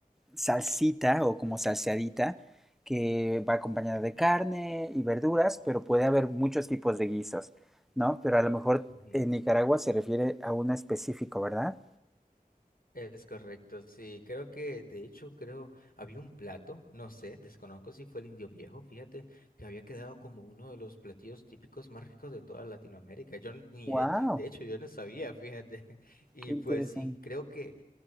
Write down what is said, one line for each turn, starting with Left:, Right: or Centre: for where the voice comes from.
Centre: salsita o como salseadita que va acompañada
Left: <laughs>
Centre: de carne y verduras, pero puede haber muchos tipos de guisos, ¿no? Pero a lo mejor
Left: Ok.
Centre: en Nicaragua se refiere a uno específico, ¿verdad?
Left: Es correcto, sí, creo que de hecho creo había un plato, no sé, desconozco si fue el indio viejo, fíjate que había quedado como uno de los platillos típicos más ricos de toda Latinoamérica. Yo ni
Centre: Wow,
Left: he, de hecho yo no sabía, fíjate. <laughs> Y
Centre: qué interesante.
Left: pues sí, creo que